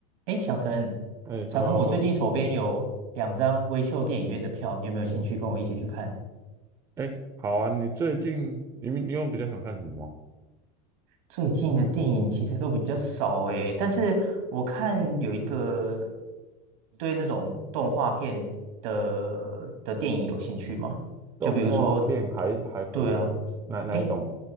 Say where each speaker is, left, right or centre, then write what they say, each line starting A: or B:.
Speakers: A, on the right; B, on the right.
A: 哎，小陈，
B: 哎，Hello，
A: 小陈，我最近手边有两张微秀电影院的票，你有没有兴趣跟我一起去看？
B: 哎，好啊，你最近你你有比较想看什么吗？
A: 最近的电影其实都比较少诶，但是我看有一个对那种动画片的的电影有兴趣吗？
B: 动画片还还可以，
A: 就比如说，对啊，
B: 是哪哪一种？
A: 诶，